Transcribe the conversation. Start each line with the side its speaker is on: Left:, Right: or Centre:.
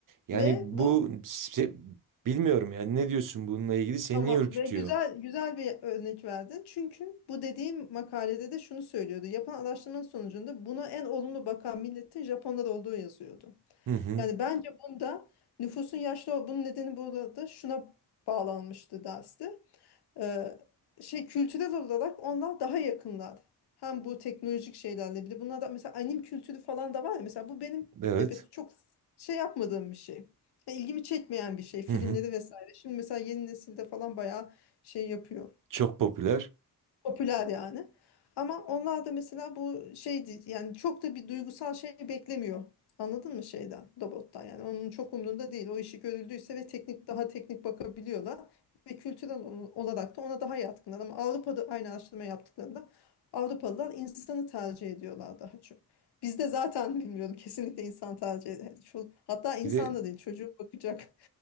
Right: Yani
Left: Ve
Right: bu
Left: bu
Right: se- bilmiyorum yani ne diyorsun bununla ilgili seni
Left: Tamam
Right: niye ürkütüyor?
Left: ve güzel güzel bir örnek verdin. Çünkü bu dediğim makalede de şunu söylüyordu. Yapılan araştırmanın sonucunda buna en olumlu bakan milletin Japonlar olduğu yazıyordu.
Right: Hı hı,
Left: Yani bence bunda nüfusun yaşlı bunun nedeni burada şuna bağlanmıştı derste e, şey kültürel olarak onlar daha yakınlar. Hem bu teknolojik şeylerle bir de bunlar da mesela anim kültürü falan da var ya mesela bu benim
Right: evet.
Left: de be- çok şey yapmadığım bir şey. Ya ilgimi çekmeyen bir şey
Right: Hı
Left: filmleri
Right: hı.
Left: vesaire. Şimdi mesela yeni nesilde falan bayağı şey yapıyor.
Right: Çok popüler.
Left: Popüler yani. Ama onlar da mesela bu şeydi yani çok da bir duygusal şey beklemiyor. Anladın mı şeyden, robottan yani. Onun çok umrunda değil. O işi görüldüyse ve teknik daha teknik bakabiliyorlar. Ve kültürel ol- olarak da ona daha yatkınlar. Ama Avrupa'da aynı araştırma yaptıklarında Avrupalılar insanı tercih ediyorlar daha çok. Bizde zaten bilmiyorum kesinlikle insan tercih ediyor. Hatta insan
Right: Bir de
Left: da değil çocuğu bakacak